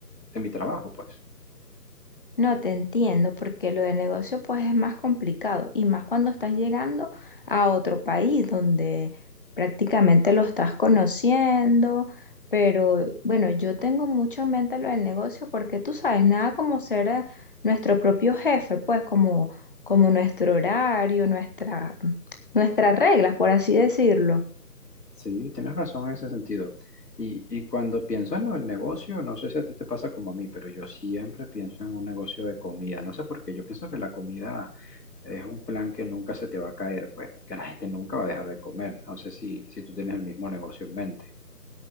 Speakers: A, on the left (about 70°); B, on the left (about 30°).
A: de mi trabajo, pues.
B: No te entiendo, porque lo del negocio pues es más complicado y más cuando estás llegando a otro país donde prácticamente lo estás conociendo, pero bueno, yo tengo mucho en mente lo del negocio porque tú sabes, nada como ser eh, nuestro propio jefe, pues como, como nuestro horario, nuestra, nuestras reglas, por así decirlo.
A: Sí, tienes razón en ese sentido. Y, y cuando pienso en el negocio, no sé si a ti te pasa como a mí, pero yo siempre pienso en un negocio de comida. No sé por qué, yo pienso que la comida es un plan que nunca se te va a caer, pues, porque la gente nunca va a dejar de comer. No sé si, si tú tienes el mismo negocio en mente.